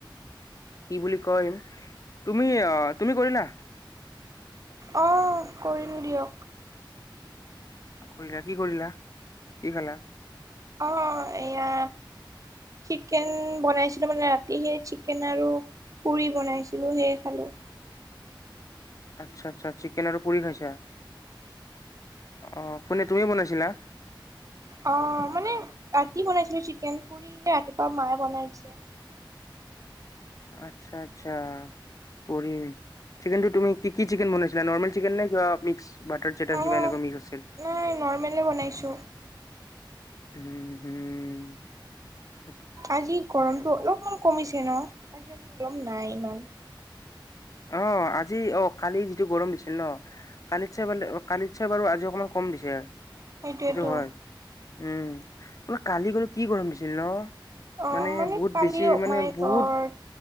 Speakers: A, on the left; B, on the right.
A: কি বুলি কয়ম তুমি আহ তুমি কৰিলা?
B: অঁ কৰিলো দিয়ক।
A: কৰিলা কি কৰিলা কি খালা?
B: অঁ এয়া চিকেন বনাইছিলো মানে ৰাতি সেই চিকেন আৰু পুৰি বনাইছিলো সেয়ে খালো।
A: আচ্ছা আচ্ছা চিকেন আৰু পুৰি খাইছা। অঁ কোনে তুমি বনাইছিলা?
B: অ মানে ৰাতি বনাইছিলো চিকেন পুৰি, ৰাতিপুৱা মায়ে বনাদিছে।
A: আচ্ছা আচ্ছা। পুৰি। চিকেনটো তুমি কি কি চিকেন বনাইছিলা নৰ্মেল চিকেন নে কিবা মিক্স? বাটাৰ চাটাৰ
B: অঁ
A: কিবা এনেকুৱা মিক্স আছিল?
B: নাই নৰ্মেলে বনাইছোঁ।
A: উম হম।
B: আজি গৰমতটো অলপমান কমিছে ন? আজি গৰম নাই ইমান।
A: অঁ আজি অ কালি যিটো গৰম দিছিল ন' কালি চাই কালি চাই বাৰু আজি অকমান কম দিছে।
B: সেইটোৱেতো।
A: এইটো হয় উম বোলো কালি গলো কি গৰম পছিল ন?
B: অ
A: মানে বহুত
B: কালি
A: বেছি মানে
B: মাই
A: বহুত
B: গড